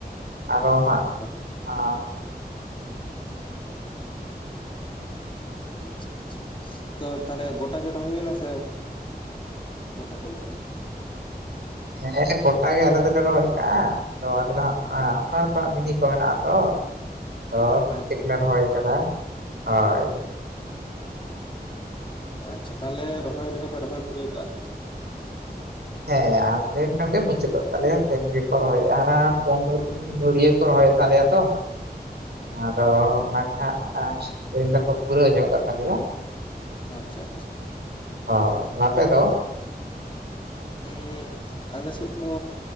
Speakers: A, on the right; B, on the left.
A: ᱟᱨᱚ ᱦᱟᱸᱜ,
B: ᱚ
A: ᱟ
B: ᱟᱪᱪᱷᱟ ᱟᱪᱪᱷᱟ ᱛᱚ ᱛᱟᱦᱞᱮ ᱜᱚᱴᱟ ᱜᱮ ᱨᱚᱦᱚᱭ ᱦᱩᱭ ᱮᱱᱟ ᱥᱮ ᱜᱚᱴᱟ ᱫᱚ ᱵᱟᱜ-ᱟ ᱾
A: ᱦᱮᱸ ᱜᱚᱴᱟ ᱜᱮ ᱟᱞᱮ ᱫᱚᱞᱮ ᱨᱚᱦᱚᱭ ᱠᱟᱜᱼᱟ, ᱛᱚ ᱟᱞᱮ ᱫᱚ ᱦᱟᱸᱜ ᱟᱯᱱᱟᱨ ᱠᱚᱣᱟᱜ ᱢᱤᱱᱤ ᱠᱚ ᱢᱮᱱᱟᱜᱼᱟ ᱛᱚ ᱨᱚᱦᱚᱭ
B: ᱟᱪᱪᱷᱟ
A: ᱫᱚ ᱴᱷᱤᱠ ᱞᱮ ᱨᱚᱦᱚᱭ ᱟᱠᱟᱫᱟ ᱦᱳᱭ
B: ᱟᱪᱪᱷᱟ ᱛᱟᱦᱚᱞᱮ ᱨᱚᱦᱚᱭ ᱞᱮᱠᱟ ᱯᱮ ᱨᱚᱦᱚᱭ ᱯᱩᱨᱟᱹᱣ ᱠᱟᱜᱼᱟ ᱥᱮ ᱪᱮᱫ
A: ᱦᱮᱸ ᱟᱨ ᱛᱮᱦᱮᱱ ᱠᱷᱟᱱ ᱜᱮ ᱢᱩᱪᱟᱹᱫᱚᱜ ᱛᱟᱞᱮᱭᱟ ᱛᱮᱦᱮᱱ ᱜᱮᱠᱚ ᱨᱚᱦᱚᱭᱮᱜᱼᱟ ᱦᱟᱱᱟ ᱯᱚᱱᱨᱚ ᱫᱤᱱ ᱫᱷᱩᱨᱭᱟᱹ ᱨᱚᱦᱚᱭᱮᱫ ᱛᱟᱞᱮᱭᱟ ᱛᱚ ᱟᱫᱚ ᱚᱱᱟ ᱜᱮ ᱦᱟᱜ ᱛᱮᱦᱮᱧ ᱫᱚᱠᱚ ᱯᱩᱨᱟᱹᱣ ᱧᱚᱜ ᱟᱠᱟᱫ ᱛᱟᱞᱮᱭᱟ
B: ᱟᱪᱪᱷᱟ ᱟᱪᱪᱷᱟ
A: ᱦᱳᱭ ᱟᱯᱮ ᱫᱚ
B: ᱦᱩᱸ ᱟᱞᱮ ᱥᱮᱫ ᱫᱚ